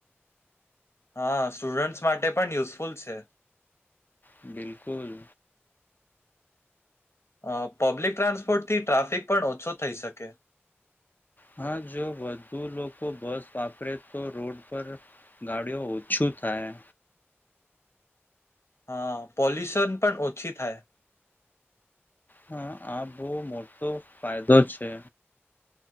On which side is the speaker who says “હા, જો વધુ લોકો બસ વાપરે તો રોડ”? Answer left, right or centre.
Left